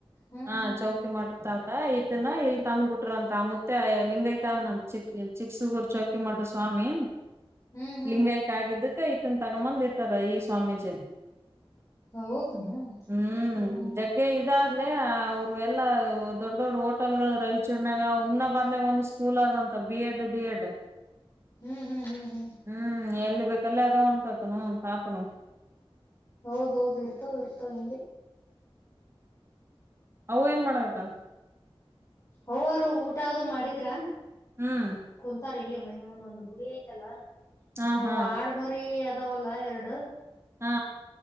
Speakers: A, on the left (about 35°); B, on the right (about 25°).
A: ಹ್ಮ್
B: ಆಹ್
A: ಹ್ಮ್
B: ಚೌಕಿಮಠದ್
A: ಹ್ಮ್
B: ತಾತ ಅಅ ಈತನ ಇಲ್ಲಿ ತಂದ ಬಿಟ್ಟಾರಂತ ಆ ಮುತ್ಯಾ ಲಿಂಗೈಕ್ಯಾದ್ನಂತ ಚಿಕ್ಕ.. ಚಿಕ್ಕಸುಗುರ ಚೌಕಿ ಮಠದ ಸ್ವಾಮಿ
A: ಹ್ಮ್ ಹ್ಮ್
B: ಲಿಂಗೈಕ್ ಆಗಿದ್ದಕ ಈ ಇವನ್ ತಗಮ್ ಬಂದ್ ಇಟ್ <unintelligible> <unintelligible>
A: ಹೌದನ ಹ್ಮ್
B: ಹುಂ
A: ಹ್ಮ್
B: ಜಗ್ಗೆ ಇದು ಆಗ್ಲೇ ಅವರ ಇವೆಲ್ಲ ಅ ದೊಡ್ಡ ದೊಡ್ಡ ಹೋಟೆಲ್ ಗಳು ರೈಚನ್ಯಾಗ ಹುಮ್ನಾಬಾದ್ ನ್ಯಾಗ್ ಒಂದು ಸ್ಕೂಲ್ ಅದ ಅಂತ ಬಿಎಡ್, ಡಿ ಎಡ
A: ಹ್ಮ್ ಹ್ಮ್ ಹ್ಮ್
B: ಹೂ ಎಲ್ಲಿ ಬೇಕಲೇ ಅದಾವ್ ಅಂತ ಆತನು ತಾತನು
A: ಹೌದ್ಹೌದ ಇರ್ತಾವ್ ಇರ್ತವ್ ಹಿಂಗೆ
B: ಅವ್ವ ಏನ್ ಮಾಡಕತ್ತಾಳ?
A: ಅವ್ವರ್ ಊಟ ಅದು ಮಾಡಿದ್ರ
B: ಹ್ಮ್
A: ಕುಂತಾರ್ ಇಲ್ಲೆ ಮನಿ ಮುಂದ ಒಂದು ಗುಡಿ ಐತಲ್ಲಾ
B: ಹಾ
A: ಅವ
B: ಹಾ
A: ಆಡ ಮರಿ ಅದ ಅದಾವಲ್ಲ ಎರಡು
B: ಹಾ